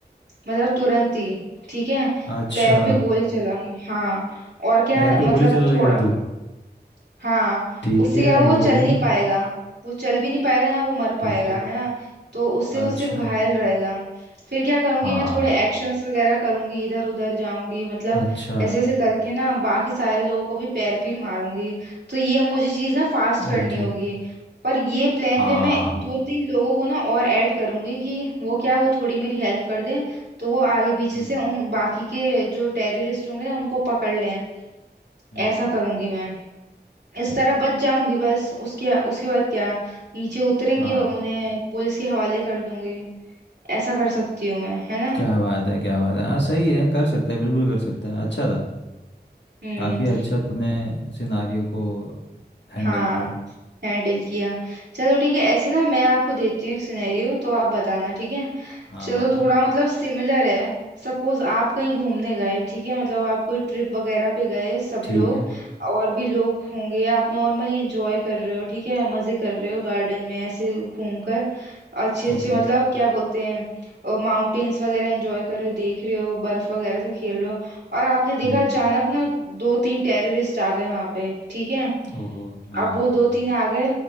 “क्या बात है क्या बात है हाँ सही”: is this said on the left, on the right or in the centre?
Left